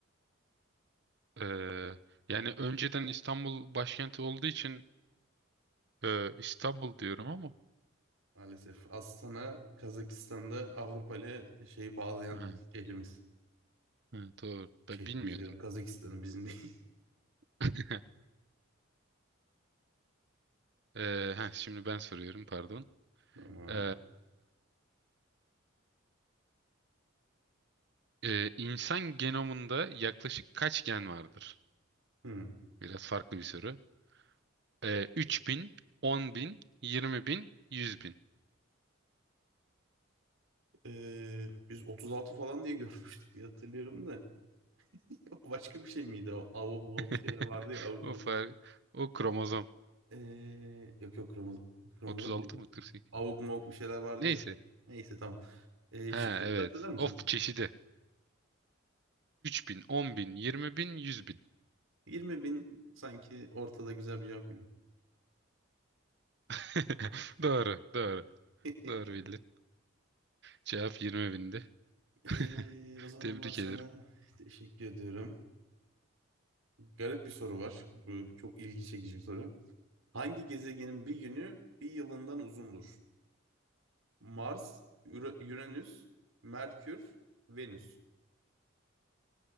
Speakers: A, on the right; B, on the right.
A: Ee, yani önceden İstanbul başkenti olduğu için e, İstanbul diyorum ama.
B: Maalesef. Astana Kazakistan'da Avrupa ile şeyi bağlayan
A: Ha,
B: şehrimiz.
A: ha, doğru.
B: Şehrimiz
A: Ben bilmiyordum.
B: diyorum. Kazakistan'ın bizim değil.
A: <laughs> Ee, heh, şimdi ben soruyorum pardon.
B: <laughs> Tamam.
A: Ee, e, insan genomunda yaklaşık kaç gen vardır?
B: Hmm.
A: Biraz farklı bir soru. Ee, 3000, 10000, 20000, 100000.
B: Ee, biz 36 falan diye görmüştük diye hatırlıyorum da. <laughs> Başka bir şey miydi o? Avuk mavuk
A: <laughs>
B: bir şeyler vardı ya. Avuk
A: O
B: mavuk.
A: fark. O kromozom.
B: Ee, yok yok kromozom. Kromozom
A: 36
B: değil.
A: mı 48?
B: Avuk mavuk bir şeyler vardı
A: Neyse.
B: ya. Neyse tamam. Ee,
A: Ha
B: şıkları
A: evet.
B: dikkat eder misin?
A: Of çeşidi. 3000, bin, 20000, bin.
B: 20 bin sanki ortada güzel bir cevap gibi.
A: <laughs> Doğru, doğru.
B: <laughs>
A: Doğru bildin. Cevap 20.000'di.
B: Ee,
A: <laughs>
B: o zaman
A: Tebrik
B: ben sana
A: ederim.
B: teşekkür ediyorum. Garip bir soru var. Bu çok ilgi çekici bir soru. Hangi gezegenin bir günü bir yılından uzundur? Mars, Ür- Uranüs, Merkür, Venüs.